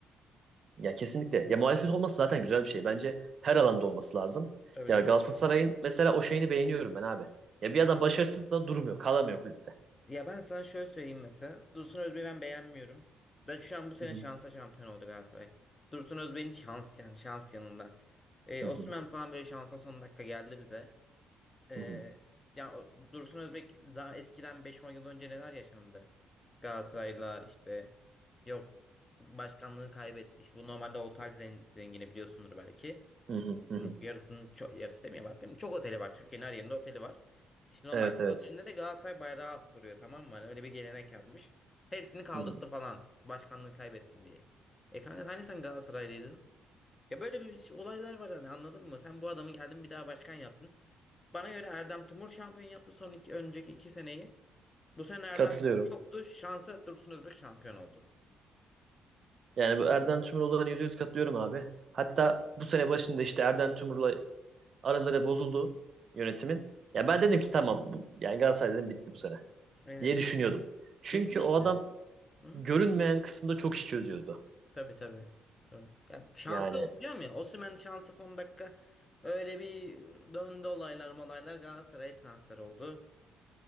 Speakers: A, on the right; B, on the left.
A: Ya kesinlikle. Ya muhalefet olması zaten güzel bir şey. Bence her alanda olması lazım.
B: Tabii
A: Ya
B: tabii.
A: Galatasaray'ın mesela o şeyini beğeniyorum ben abi. Ya bir adam başarısız da durmuyor, kalamıyor kulüpte.
B: Ya ben sana şöyle söyleyeyim mesela. Dursun Özbek'i ben beğenmiyorum. Da şu an bu sene
A: Hı hı.
B: şansa şampiyon oldu Galatasaray. Dursun Özbek'in şans yani şans yanında. Ee,
A: Hı
B: Osimhen
A: hı.
B: falan böyle şansa son dakika geldi bize. Ee,
A: Hı hı.
B: yani o- Dursun Özbek daha eskiden beş on yıl önce neler yaşandı? Galatasaray'la işte yok başkanlığı kaybetti. İşte bu normalde Oltay Zen- zengini biliyorsundur belki.
A: Hı hı, hı hı.
B: Yarısının çok, yarısı demiyorlar değil mi? Çok oteli var. Türkiye'nin her yerinde oteli var. İşte normalde
A: Evet evet.
B: her otelinde de Galatasaray bayrağı astırıyor tamam mı? Hani öyle bir gelenek yapmış. Hepsini kaldırttı
A: Hı hı.
B: falan. Başkanlığı kaybettin diye. E kanka hani sen Galatasaraylıydın? Ya böyle bir şey- olaylar var hani anladın mı? Sen bu adamı geldin bir daha başkan yaptın. Bana göre Erdem Timur şampiyon yaptı son iki, önceki iki seneyi. Bu sene Erdem
A: Katılıyorum.
B: Timur yoktu. Şansa Dursun Özbek şampiyon oldu.
A: Yani bu Erden Tümrüloğlu'na olan %100 katılıyorum abi. Hatta bu sene başında işte Erden Tümrüloğlu araları bozuldu yönetimin. Ya ben dedim ki tamam bu, yani Galatasaray dedim bitti bu sene
B: Evet.
A: diye düşünüyordum. Çünkü
B: Bitmişti.
A: o adam
B: Hı?
A: görünmeyen kısımda çok iş çözüyordu.
B: Tabii tabii. Tabii. Ya şansa
A: Yani
B: olacağım ya. Osimhen şansa son dakika öyle bir döndü olaylar malaylar Galatasaray'a transfer oldu.